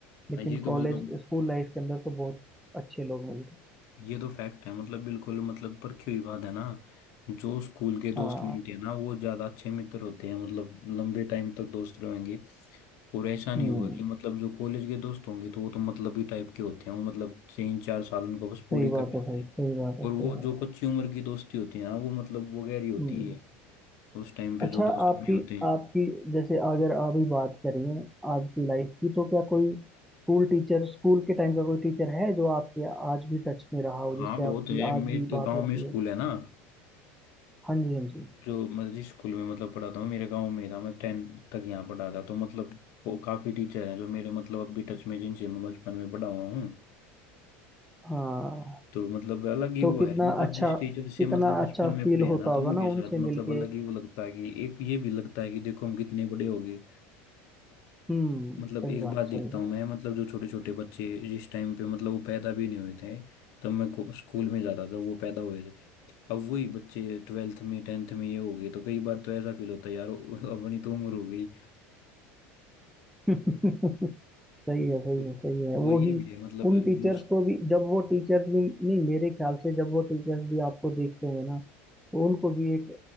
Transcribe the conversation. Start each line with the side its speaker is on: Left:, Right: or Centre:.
Centre: लेकिन
Left: हाँ ये तो
Centre: कॉलेज
Left: मतलब
Centre: स्कूल लाइफ के अंदर तो बहुत अच्छे लोग मिलते हैं
Left: ये तो फैक्ट है मतलब बिल्कुल मतलब परखी हुई बात है ना जो स्कूल के दोस्त
Centre: हाँ
Left: बनते हैं ना वो ज्यादा अच्छे मित्र होते हैं मतलब लंबे टाइम तक दोस्त रहेंगे और ऐसा नहीं
Centre: हम्म
Left: होगा कि मतलब जो कॉलेज के दोस्त होंगे तो वो तो मतलब ही टाइप के होते हैं वो मतलब तीन चार साल उनको बस पूरे
Centre: सही
Left: करने
Centre: बात है
Left: होते
Centre: भाई सही
Left: हैं
Centre: बात है
Left: और
Centre: सही
Left: वो
Centre: बात
Left: जो
Centre: है।
Left: कच्ची उम्र की दोस्ती होती है ना वो मतलब वो गहरी होती
Centre: हम्म
Left: है उस टाइम पे
Centre: अच्छा
Left: जो दोस्त
Centre: आपकी
Left: बने होते हैं
Centre: आपकी जैसे अगर अभी बात करें आज की लाइफ की तो क्या कोई स्कूल टीचर स्कूल के टाइम का कोई टीचर है जो आपके आज भी टच में रहा हो
Left: हाँ
Centre: जिससे
Left: बहुत
Centre: आपकी
Left: है मेरे
Centre: आज भी
Left: तो
Centre: बात
Left: गाँव
Centre: होती
Left: में स्कूल
Centre: हो
Left: है ना
Centre: हाँ जी हाँ जी
Left: जो मैं जिस स्कूल में मतलब पढ़ाता हूँ मेरे गांव में ही था मैं टेन तक यहाँ पढ़ा था तो मतलब वो काफ़ी टीचर हैं जो मेरे मतलब अब भी टच में जिनसे मैं बचपन में पढ़ा हुआ हूँ
Centre: हाँ
Left: तो मतलब अलग ही
Centre: तो
Left: वो
Centre: कितना
Left: है मतलब
Centre: अच्छा
Left: जिस टीचर से
Centre: कितना
Left: मतलब
Centre: अच्छा
Left: बचपन में
Centre: फील
Left: पढ़े हैं
Centre: होता
Left: ना तो
Centre: होगा
Left: उनके
Centre: ना
Left: साथ
Centre: उनसे
Left: मतलब
Centre: मिलके
Left: अलग ही वो लगता है कि एक ये भी लगता है कि देखो हम कितने बड़े हो गए
Centre: हम्म
Left: मतलब
Centre: सही
Left: एक
Centre: बात
Left: बात देखता
Centre: सही बात
Left: हूँ मैं मतलब जो छोटे छोटे बच्चे जिस टाइम पे मतलब वो पैदा भी नहीं हुए थे तब मैं को- स्कूल में जाता था वो पैदा हुए थे अब वही बच्चे ट्वेल्थ में टेंथ में ये हो गए तो कई बार तो ऐसा फील होता है यार ओ- अपनी तो उम्र हो गई
Centre: <laughs> सही है सही
Left: और,
Centre: है सही है
Left: और
Centre: वो
Left: ये
Centre: ही
Left: भी है मतलब
Centre: उन टीचर्स
Left: जो उस-
Centre: को भी जब वो टीचर्स भी नहीं मेरे ख्याल से जब वो टीचर्स भी आपको देखते होंगे ना तो उनको भी एक